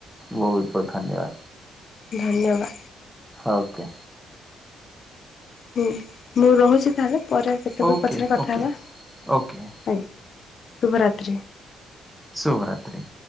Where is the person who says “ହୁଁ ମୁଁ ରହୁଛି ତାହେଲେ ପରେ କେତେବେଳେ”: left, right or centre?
Left